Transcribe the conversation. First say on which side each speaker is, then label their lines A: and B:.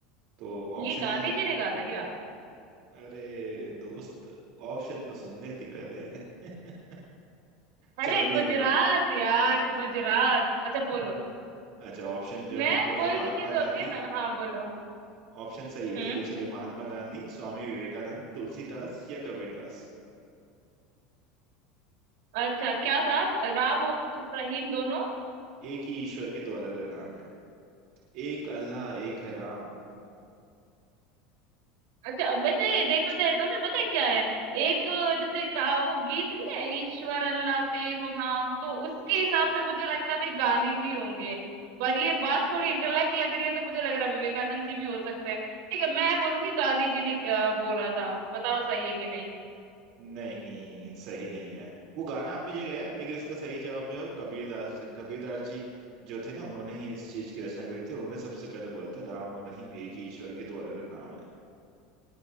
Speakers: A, on the right; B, on the right.
A: तो ऑप्शन
B: ये गांधी
A: है
B: जी ने कहा था क्या
A: अरे दोस्त ऑप्शन तो सुन लेती पहले <laughs> चलो
B: अरे
A: ठीक
B: गुजरात
A: है
B: यार गुजरात अच्छा
A: <laughs>
B: बोलो
A: अच्छा ऑप्शन जो
B: मैं
A: है वो
B: कोई
A: है महात्मा
B: भी चीज होती
A: गांधी
B: है ना हाँ बोलो
A: ऑप्शन सही है
B: हम्म
A: ठीक है चलिए महात्मा गांधी स्वामी विवेकानंद तुलसीदास या कबीरदास
B: अच्छा क्या था राम और रहीम दोनों
A: एक ही ईश्वर के दो अलग अलग नाम हैं एक अल्लाह एक है राम
B: अच्छा अब वैसे देखा जाए तो ना पता है क्या है एक अ, जैसे का वो गीत नहीं है ईश्वर अल्लाह तेरो नाम तो उसके हिसाब से मुझे लगता है भाई गांधी जी होंगे पर ये बात थोड़ी इंटेलेक्ट लग रही है तो मुझे लग रहा है विवेकानंद जी भी हो सकते हैं ठीक है मैं बोलूंगी गांधी जी ने अ, बोला था बताओ सही है कि नहीं
A: नहीं सही नहीं है वो गाना अपनी जगह है लेकिन इसका सही जवाब जो है वो कबीरदास है कबीरदास जी जो थे ना उन्होंने ही इस चीज की रचना करी थी उन्होंने सबसे पहले बोला था राम और रहीम एक ही ईश्वर के दो अलग अलग नाम हैं